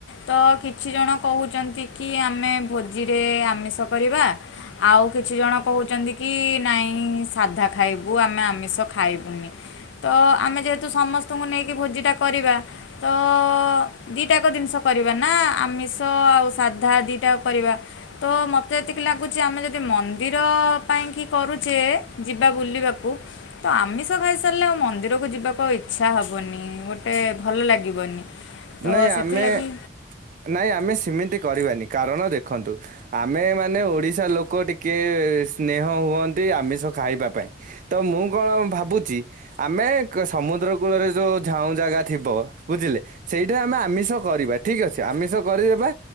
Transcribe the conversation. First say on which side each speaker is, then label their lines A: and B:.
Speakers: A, on the left (about 90°); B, on the right (about 45°).
A: ତ କିଛି ଜଣ କହୁଛନ୍ତି କି ଆମେ ଭୋଜିରେ ଆମିଷ କରିବା। ଆଉ କିଛି ଜଣ କହୁଛନ୍ତି କି ନାଇଁ ସାଧା। ଖାଇବୁ ଆମେ ଆମିଷ ଖାଇବୁନି। ତ ଆମେ ଯେହେତୁ ସମସ୍ତଙ୍କୁ ନେଇକି ଭୋଜିଟା କରିବା। ତ ଦିଟାକ ଜିନିଷ କରିବା ନା ଆମିଷ ଆଉ ସାଧା ଦିଟା କରିବା। ତ ମତେ ଯେତିକି ଲାଗୁଛି ଆମେ ଯଦି ମନ୍ଦିର ପାଇଁ କି କରୁଛେ ଯି ବା ବୁଲିବାକୁ। ତ ଆମିଷ ଖାଇସାରିଲେ ଆଉ ମନ୍ଦିରକୁ ଯିବାକୁ ଇଚ୍ଛା ହେବନି ଗୋଟେ ଭଲ ଲାଗିବନି। ତ
B: ନାଇଁ
A: ସେଥିଲାଗି
B: ଆମେ ନାଇଁ ଆମେ ସେମିତି କରିବାନି କାରଣ ଦେଖନ୍ତୁ। ଆମେ ମାନେ ଓଡିଶା ଲୋକ ଟିକେ ସ୍ନେହ ହୁଅନ୍ତି ଆମିଷ ଖାଇବା ପାଇଁ। ତ ମୁଁ କଣ ଭାବୁଛି। ଆମେ କ ସମୁଦ୍ର କୂଳରେ ଯୋଉ ଝାଉଁ ଯାଗା ଥିବ ବୁଝିଲେ। ସେଇଟା ଆମେ ଆମିଷ କରିବା ଠିକ୍ ଅଛି ଆମିଷ କରିଦେବା।